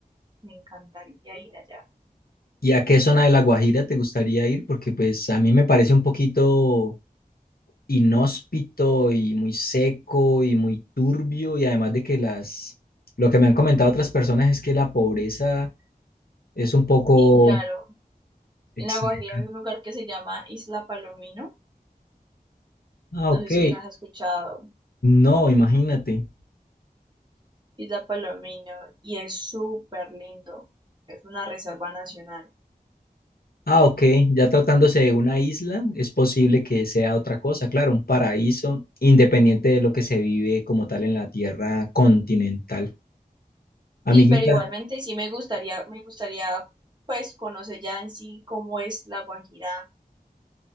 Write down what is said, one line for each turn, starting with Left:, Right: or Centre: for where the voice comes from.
Right: Me encantaría ir allá.
Left: ¿Y a qué zona de La Guajira te gustaría ir? Porque pues a mí me parece un poquito inhóspito y muy seco y muy turbio y además de que las, lo que me han comentado otras personas es que la pobreza es un poco
Right: Sí, claro.
Left: extrema.
Right: En La Guajira hay un lugar que se llama Isla Palomino.
Left: Ah,
Right: No
Left: ok.
Right: sé si las has escuchado.
Left: No, imagínate.
Right: Isla Palomino. Y es súper lindo. Es una reserva nacional.
Left: Ah, ok, ya tratándose de una isla, es posible que sea otra cosa, claro, un paraíso independiente de lo que se vive como tal en la tierra continental. Amiguita,
Right: Sí, pero igualmente sí me gustaría, me gustaría pues conocer ya en sí cómo es la Guajira